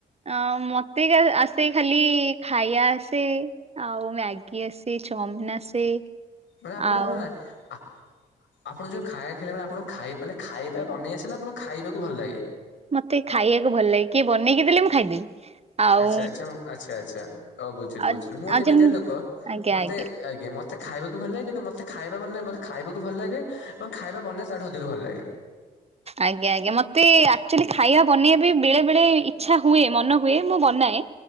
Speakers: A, on the right; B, on the left.
A: ଅ ମତେ କା ଆସେ ଖାଲି ଖାଇବା ଆସେ, ଆଉ ମ୍ୟାଗି ଆସେ। ଚମିନ ଆସେ।
B: ମାନେ ଆପ ମାନେ
A: ଆଉ
B: ନା ନା ଆ ଆପଣ ଯୋଉ ଖାଇବାଖିଲେ ଆପଣଙ୍କୁ ଖାଇବା, ମାନେ ଖାଇବା ବନେଇ ଆସେ ନା ଆପଣଙ୍କୁ ଖାଇବାକୁ ଭଲ ଲାଗେ?
A: ମତେ ଖାଇବାକୁ ଭଲ ଲାଗେ। କିଏ ବନେଇକି ଦେଲେ ମୁଁ ଖାଇଦେବି। ଆଉ
B: ଆଛା ଆଛା ଆଛା ଆଛା ହୋଉ ବୁଝିଲୁ
A: ଆଉ
B: ବୁଝିଲୁ। ମୁଁ ଗୋଟେ
A: ଆଉ
B: ଏମିତିଆ
A: ଯେମିତି
B: ଲୋକ
A: ଆଜ୍ଞା
B: ମତେ
A: ଆଜ୍ଞା
B: ଆଜ୍ଞା ମତ ଖାଇବାକୁ ଭଲ ଲାଗେ କିନ୍ତୁ, ମତେ ଖାଇବା ମନେ ମତେ ଖାଇବାକୁ ଭଲ ଲାଗେ ଏବଂ ଖାଇବା ବନେଇବା ତାଠୁ ଅଧିକ ଭଲ ଲାଗେ।
A: ଆଜ୍ଞା ଆଜ୍ଞା ମତେ ଆକ୍ଚୁଆଲି ଖାଇବା ବନେଇବା ପାଇଁ ବେଳେ ବେଳେ ଇଚ୍ଛା ହୁଏ ମନ ହୁଏ ମୁଁ ବନାଏ। ନେ